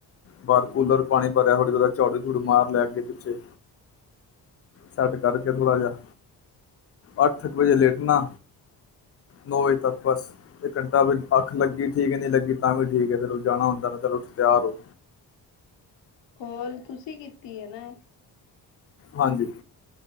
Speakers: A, on the left; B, on the left.
A: ਬਾਹਰ
B: ਹਮ
A: ਕੂਲਰ ਪਾਣੀ ਭਰਿਆ ਹੋਲੀ ਝਾੜੂ ਝੁੜ੍ਹੁ ਮਾਰ ਲਿਆ ਅੱਗੇ ਪਿੱਛੇ ਸੈਟ ਕਰਕੇ ਥੋੜਾ ਜਹਾ ਅੱਠ ਕੁ ਵਜੇ ਲੇਟ ਨਾ ਨੌ ਵਜੇ ਤੱਕ ਬਸ ਇੱਕ ਘੰਟਾ ਅੱਖ ਲੱਗੀ ਠੀਕ ਹੈ ਨਹੀਂ ਲੱਗੀ ਤਾਂ ਵੀ ਠੀਕ ਹੈ ਫਿਰ ਜਾਣਾ ਹੁੰਦਾ ਤਾਂ ਚਲੋ ਤਿਆਰ ਹੋ
B: ਕੋਲ ਤੁਸੀਂ ਕੀਤੀ ਨਾ
A: ਹਾਂਜੀ